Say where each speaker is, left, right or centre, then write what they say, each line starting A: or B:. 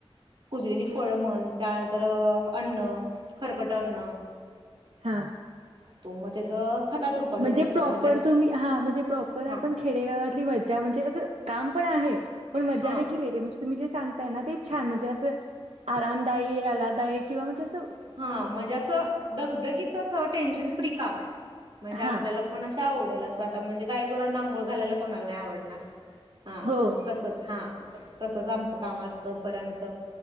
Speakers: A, on the right; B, on the right.
A: कुजलेली फळं म्हण त्यानंतर अअ अन्न खरकट अन्न
B: हा
A: तो म त्याज खतात रूपांतर
B: म्हणजे
A: होतं
B: प्रॉपर
A: मग त्या
B: तुम्ही हा म्हणजे प्रॉपर
A: हा
B: आपण खेडेगावातली मज्जा म्हणजे असं काम पण आहे. पण मज्जा
A: हा
B: देखील येते म्हंजे तुम्ही जे सांगताय ना ते छान म्हणजे असं आरामदायी आलादायक किंवा म्हणजे अस
A: हा म्हणजे असं दगदगीच अस टेन्शन फ्री काम आहे म्हणजे आपल्याला
B: हा
A: पण अशी का आवडेल असं? आता म्हणजे गायगुरांना आंघोळ घालायला कोणाला नाही आवडणार? हा
B: हो
A: मग तसच हा तसच आमचं काम असतं पर्यंत